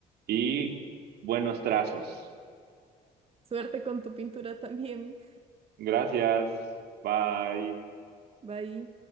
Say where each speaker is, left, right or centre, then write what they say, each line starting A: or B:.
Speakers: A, on the right; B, on the right.
A: y buenos trazos.
B: Suerte con tu pintura también.
A: Gracias. Bye.
B: Bye.